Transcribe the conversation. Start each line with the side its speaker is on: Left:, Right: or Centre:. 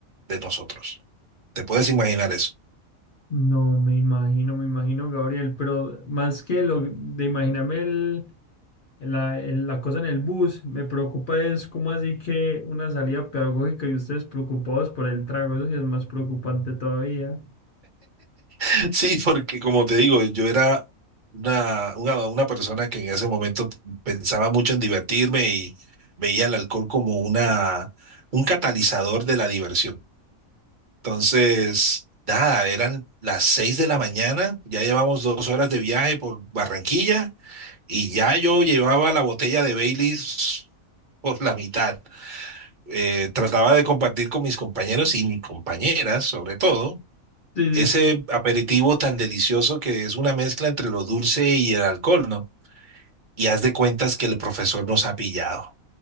Right: de nosotros. ¿Te puedes imaginar eso?
Left: No, me imagino, me imagino, Gabriel, pero más que lo de imaginarme el la, el- la cosa en el bus. Me preocupa es cómo así que una salida pedagógica y ustedes preocupados por el trago. Eso sí es más preocupante todavía.
Right: <laughs> Sí, porque como te digo, yo era una, una, una persona que en ese momento pensaba mucho en divertirme y veía el alcohol como una, un catalizador de la diversión. Entonces, nada, eran las seis de la mañana, ya llevamos dos horas de viaje por Barranquilla y ya yo llevaba la botella de Baileys por la mitad. Eh, trataba de compartir con mis compañeros y mis compañeras, sobre todo
Left: Sí, sí,
Right: ese
Left: sí.
Right: aperitivo tan delicioso que es una mezcla entre lo dulce y el alcohol, ¿no? Y haz de cuentas que el profesor nos ha pillado.